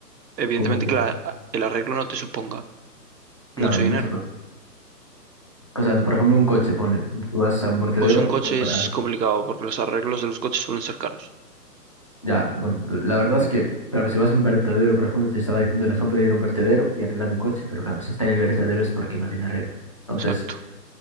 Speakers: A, on the right; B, on the left.
A: Evidentemente
B: ¿Cómo que?
A: que la- el arreglo no te suponga mucho
B: Claro,
A: dinero.
B: mucho coste. O sea, por ejemplo, un coche, pone, tú vas a un vertedero,
A: Pues un coche
B: compras.
A: es complicado porque los arreglos de los coches suelen ser caros.
B: Ya, bueno, la verdad es que, claro, si vas a un vertedero, por ejemplo, te estaba diciendo el ejemplo de ir a un vertedero y arreglar un coche, pero claro, si está en el vertedero es porque no tiene arreglo. Entonces,
A: Exacto.